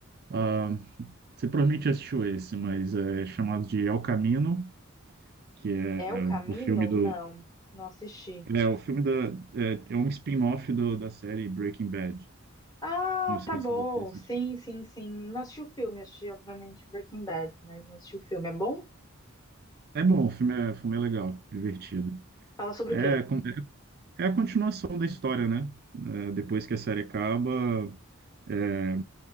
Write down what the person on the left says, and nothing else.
É o Camino?
Não, não assisti.
Ah,
tá bom.
Sim, sim, sim. Não assisti o filme, assisti, obviamente, Breaking Bad, mas não assisti o filme. É bom?
Fala sobre
o quê?